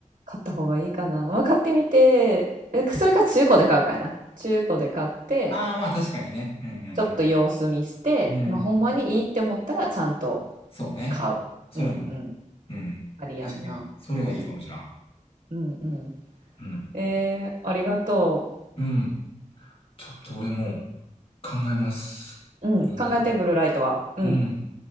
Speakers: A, on the right; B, on the left.
A: 買った方がいいかな、まあ、買ってみてえそれか中古で買うかやな中古で買って
B: ああ、まあ確かにね。うん
A: ちょっと様子見して、
B: うんうん。うん。
A: まあ、ほんまにいいって思ったらちゃんと
B: そうね。
A: 買ううんうん
B: それもうん。
A: ありやんな
B: 確かに。それがいいかもしらん。
A: うんうん
B: うん。
A: えー、ありがと
B: うん。ちょっと俺も考えます。
A: ううん考えてブルーライトはうん
B: ブルーライトカット。うん。